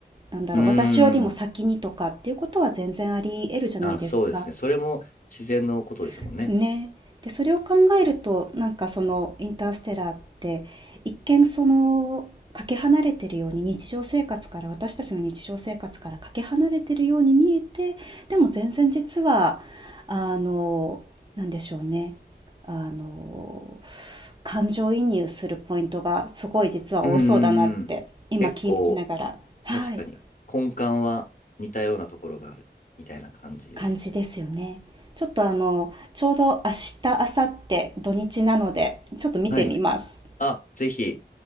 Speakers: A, on the right; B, on the left.
A: なんだろう私よりも先にとかっていうことは全然あり得るじゃないですか。
B: うん。あ、そうですね。それも自然のことですもんね。
A: ですね。で、それを考えると、なんかそのインターステラーって一見そのかけ離れてるように日常生活から私たちの日常生活からかけ離れてるように見えて、でも全然実はあのなんでしょうね。あの感情移入するポイントがすごい実は多そうだなって今聞きながら、
B: うんうんうん。結構、
A: はい、
B: 確かに、根幹は似たようなところがあるみたいな感じですよね。
A: 感じですよね。ちょっとあの、ちょうど明日、明後日、土日なので、ちょっと見てみます。
B: はい。あ、ぜひ。